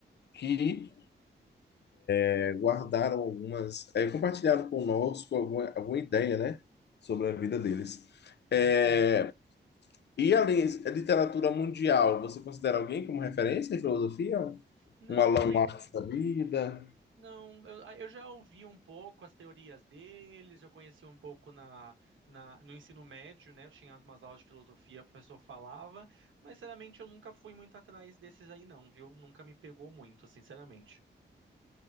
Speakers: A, on the left; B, on the right.
A: que É, guardaram algumas, é, compartilharam conosco alguma, alguma ideia, né, sobre a vida deles.
B: sim,
A: É,
B: sim.
A: e além da literatura mundial, você considera alguém como referência em filosofia?
B: Não
A: Um Allan
B: tenho,
A: Marx da vida?
B: não, eu, ah, eu já ouvi um pouco as teorias deles, eu conheci um pouco na, na no ensino médio, né? Eu tinha umas aulas de filosofia, o professor falava, mas sinceramente eu nunca fui muito atrás desses aí não, viu? Nunca me pegou muito, sinceramente.